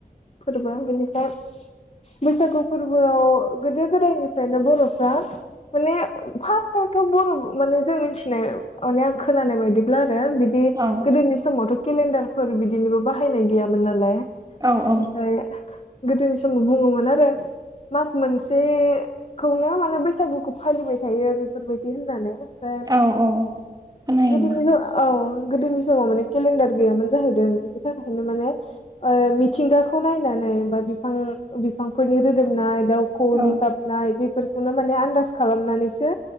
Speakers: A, on the left (about 40°); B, on the right (about 25°).
A: फोरबो बेनिफ्राय बैसागु फोरबोआव गोदो गोदायनिफ्रायनो बर'फ्रा माने फार्स्टावथ' बर' माने जों मिथिनाय माने आं खोनानाय बायदिब्ला बिदि
B: औ
A: गोदोनि समावथ' केलेन्डारफोर बिदिनोबो बाहायनाय गैयामोन नालाय
B: औ -
A: ओमफ्राय
B: औ
A: गोदोनि समाव बुंङोमोन आरो मास मोनसेखौनो माने बैसागुखौ फालिबाय थायो बेफोरबायदि होननानै ओमफ्राय
B: औ औ खोनायोमोन
A: गोदोनि ज औ गोदोनि समाव माने केलेन्डार गैयामोन जाहैदों बिनि थाखायनो माने मिथिंगा खौ नायनानै बा बिफां बिफांफोरनि रोदोमनाय दाउखौनि
B: औ
A: गाबनाय बे खौनो माने आन्दास खालामनानैसो